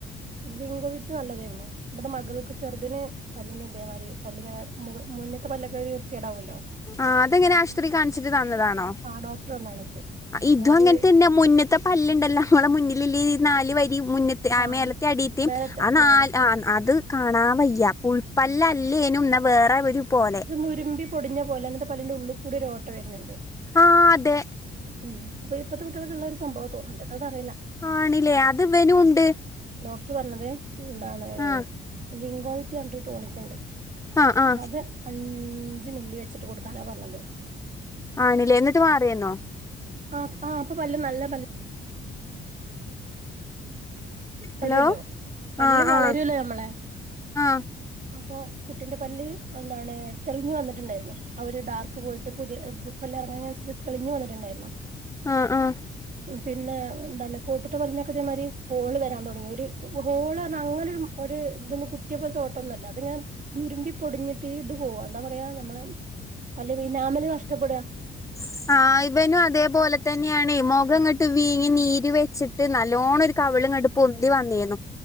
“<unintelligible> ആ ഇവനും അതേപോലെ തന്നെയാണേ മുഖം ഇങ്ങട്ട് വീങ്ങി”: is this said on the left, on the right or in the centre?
Left